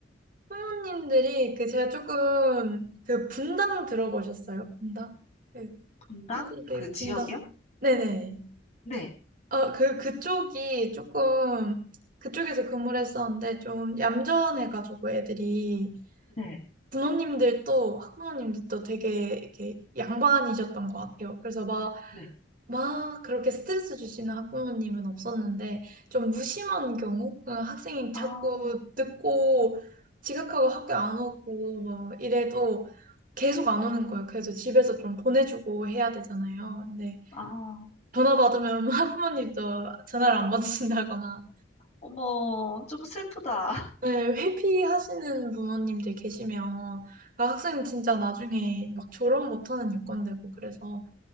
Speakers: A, on the right; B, on the left.
A: 부모님들이, 그, 제가 조금, 그, 분당 들어보셨어요? 분당? 그,
B: 분당?
A: 한국의
B: 그 지역이요?
A: 분당. 네네.
B: 네,
A: 어, 그, 그쪽이 조금, 그쪽에서 근무를 했었는데, 좀 얌전해가지고 애들이,
B: 네,
A: 부모님들도, 학부모님들도 되게, 이렇게, 양반이셨던 것 같아요. 그래서 막,
B: 네.
A: 막 그렇게 스트레스 주시는 학부모님은 없었는데 좀 무심한 경우 그냥 학생이
B: 아,
A: 자꾸 늦고 지각하고 학교 안 오고 막 이래도 계속 안 오는 거예요. 그래서 집에서 좀 보내주고 해야 되잖아요. 근데
B: 아.
A: 전화 받으면 <laughs> 학부모님도 전화를 안 받으신다거나
B: 어머, 좀 슬프다.
A: 네, 회피하시는 부모님들 계시면 아, 학생 진짜 나중에 막 졸업 못하는 요건 되고 그래서